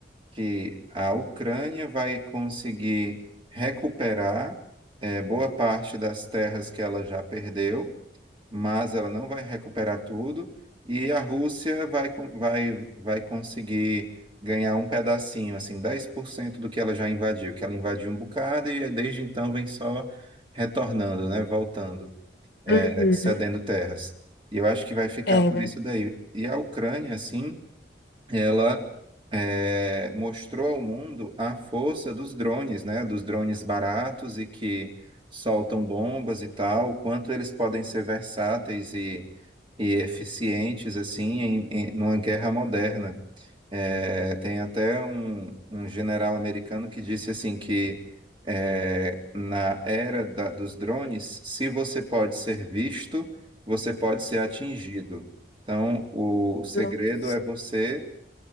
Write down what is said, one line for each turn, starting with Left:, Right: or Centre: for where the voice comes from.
Right: que a Ucrânia vai conseguir recuperar eh, boa parte das terras que ela já perdeu, mas ela não vai recuperar tudo, e a Rússia vai, con- vai, vai conseguir ganhar um pedacinho, assim, 10% do que ela já invadiu, que ela invadiu um bocado e desde então vem só retornando, né, voltando,
Left: Uhum.
Right: eh, cedendo terras. E eu acho que vai ficar
Left: É,
Right: por
Left: verdade.
Right: isso daí. E a Ucrânia, assim ela eh, mostrou ao mundo a força dos drones, né? Dos drones baratos e que soltam bombas e tal, o quanto eles podem ser versáteis e, e eficientes assim em, em- numa guerra moderna. Eh, tem até um, um general americano que disse assim que eh, na era da- dos drones, se você pode ser visto, você pode ser atingido. Então, o segredo
Left: Nossa.
Right: é você